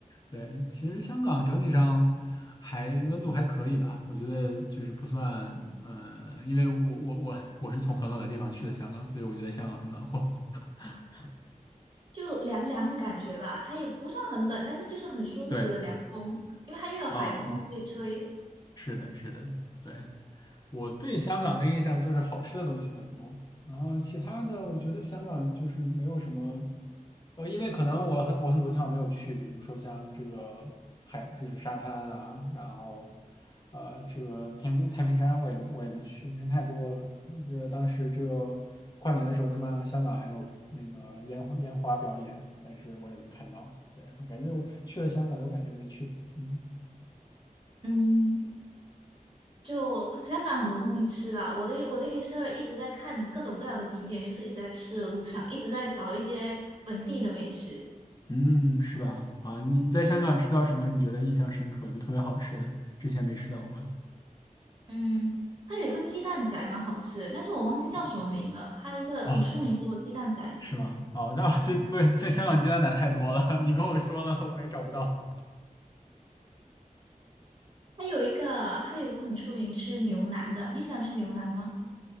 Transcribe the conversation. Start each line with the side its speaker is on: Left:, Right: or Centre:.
Left: 对，其实香港整体上还温度还可以吧，我觉得就是不算，嗯、因为我我我我是从很冷的地方去的香港，所以我觉得香港很暖和。<laughs>
Right: 就凉凉的感觉吧，它也不算很冷，但是就是很舒服的凉风，
Left: 对，
Right: 因为它又有海风可以吹。
Left: 嗯，是的，是的，对，我对香港的印象就是好吃的东西很多，然后其他的我觉得香港就是没有什么，呃，因为可能我很我很多地方没有去，比如说像这个海就是沙滩啊，然后呃这个太平太平山我也我也没去，人太多了。我这个当时这个跨年的时候，他们香港还有那个烟花烟花表演，但是我也没看到。对，感觉我去了香港又感觉没去，嗯。
Right: 嗯，就香港很多东西吃啦，我的我的也是一直在看各种各样的景点，就是一直在吃的路上，一直在找一些本地的美食。
Left: 嗯，是吧？啊，你你在香港吃到什么？你觉得印象深刻，就特别好吃的，之前没吃到过的
Right: 嗯，它有一个鸡蛋仔蛮好吃的但是我忘记叫什么名了。
Left: 啊
Right: 它一个很出名的鸡蛋仔，
Left: 哦，是吗？哦，那 <laughs> 这不，这香港鸡蛋奶太多了，你跟我说了，我也找不到。
Right: 它有一个它有一个很出名吃牛腩的，你喜欢吃牛腩吗？